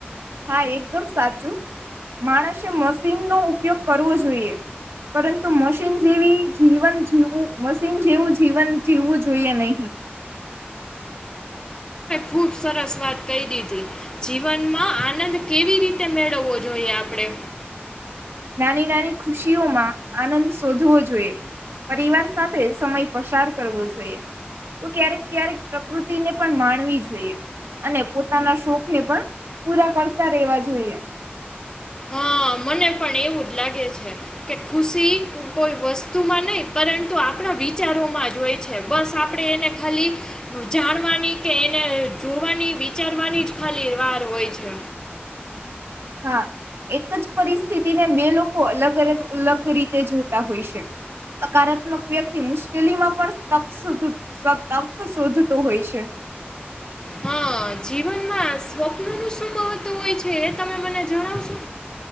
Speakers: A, on the right; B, on the left.
A: હા એકદમ સાચું માણસે મશીનનો ઉપયોગ કરવો જોઈએ પરંતુ મશીન જેવી જીવન જીવવું મશીન જેવું જીવન જીવવું જોઈએ નહી.
B: ખુબ સરસ વાત કહી દીધી. જીવનમાં આનંદ કેવી રીતે મેળવવો જોઈએ આપડે?
A: નાની નાની ખુશીઓમાં આનંદ શોધવો જોઈએ. પરિવાર સાથે સમય પસાર કરવો જોઈએ. તો ક્યારેક ક્યારેક પ્રકૃતિને પણ માણવી જોઈએ અને પોતાના શોખને પણ પૂરા કરતા રહેવા જોઈએ.
B: હ મને પણ એવું જ લાગે છે કે ખુશી કોઈ વસ્તુમાં નહી પરંતુ આપણા વિચારોમાં જ હોય છે બસ આપણે એને ખાલી જાણવાની કે એને જોવાની વિચારવાની જ ખાલી વાર હોય છે.
A: હા એક જ પરિસ્થિતિને બે લોકો અલગ-અલગ લગ રીતે જોતા હોય છે. સકારાત્મક વ્યક્તિ મુશ્કેલી માં પણ તક સુધું સતપ શોધતો હોય છે.
B: હા જીવનમાં સ્વપ્ન નું શું મહત્વ હોય છે એ તમે મને જણાવશો?